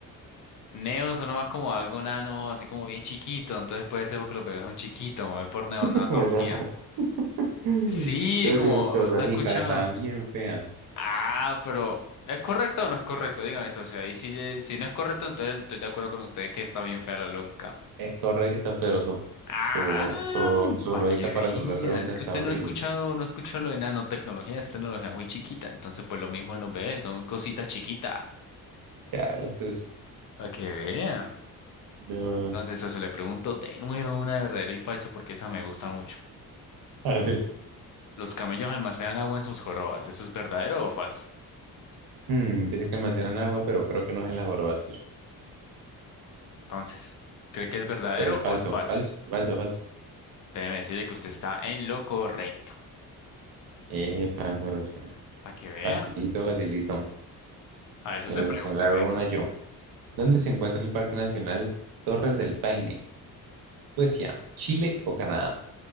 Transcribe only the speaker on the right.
<laughs> ¿Verdad? <laughs>
Sociológica
está bien fea.
Es correcta, pero su,
su, su, su
lógica
para resolver preguntas
está
horrible.
socio.
¿Qué hablas? Es-
No.
A ver.
Hmm, yo sé que almacenan agua, pero creo que no es en las jorobas, socio.
Pues falso,
falso, falso, falso.
Eh, falso, socio.
Facilito, facilito.
Mira,
socio, le hago una yo. ¿Dónde se encuentra el Parque Nacional Torres del Paine? ¿Suecia, Chile o Canadá?